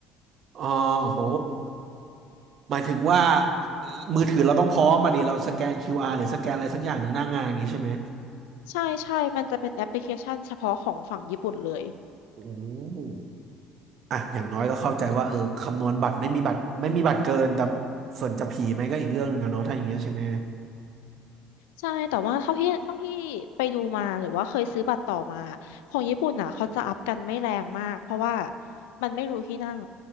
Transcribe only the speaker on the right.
อ๋อโหหมายถึงว่าเอ่อมือถือเราต้องพร้อมมาดิเราสแกน QR หรือสแกนอะไรสักอย่างหนึ่งหน้างานอย่างนี้ใช่ไหม
โอ้อ่ะอย่างน้อยก็เข้าใจว่าเออคำนวณบัตรไม่มีบัตรไม่มีบัตรเกินแต่ส่วนจะผีไหมก็อีกเรื่องหนึ่งอะเนาะถ้าอย่างเงี้ยใช่ไหม